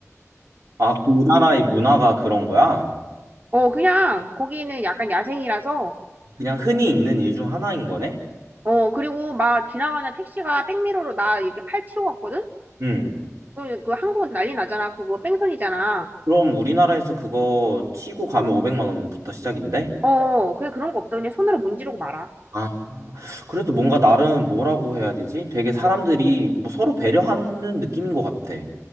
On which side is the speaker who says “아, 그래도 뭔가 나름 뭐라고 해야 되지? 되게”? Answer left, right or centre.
Right